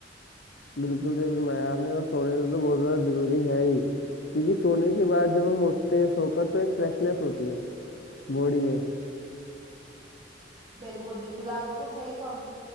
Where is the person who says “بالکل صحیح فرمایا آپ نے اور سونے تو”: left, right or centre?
Left